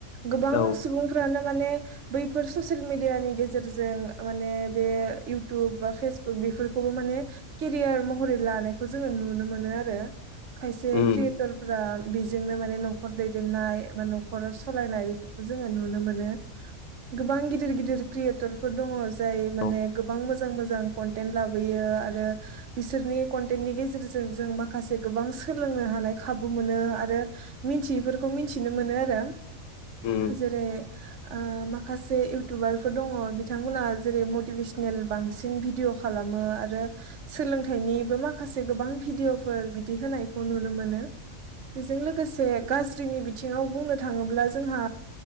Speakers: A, on the right; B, on the left.
A: गोबां
B: औ
A: सुबुंफ्रानो माने बैफोर ससियेल मिडियानि गेजेरजों माने बे उथुब बाेसबुक बेफोरखौबो माने केरियार महरै लानायखौ जोङो नुनो मोनो आरो। खायसे
B: उम
A: क्रियेटर फोर बेजोंनो माने न'खर दैदेननाय बा न'खर सालायनाय जोङो नुनो मोनो गोबां गिदिर गिदिर क्रियेटरफोर दङ जाय माने
B: औ
A: गोबां मोजां मोजां कन्टेन्ट लाबोयो आरो बिसोरनि कन्टेन्टनि गेजेरजों जों माखासे गोबां सोलोंनो हानाय खाबु मोनो आरो मिथियैफोरखौ मिथिनो मोनो आरो
B: उम
A: जेरै ओ माखासे इउटुबारफोर दङ बिथांमोनहा जेरै मटिभेसनेल बांसिन भिडिअ खालाम मो आरो सोलोंथाइनिबो माखासे गोबां भिडिय'फोर बिदि होनायखौ नुनो मोनो। बेजों लोगोसे गाज्रिनि बिथिङाव बुंनो थाङोब्ला जोंहा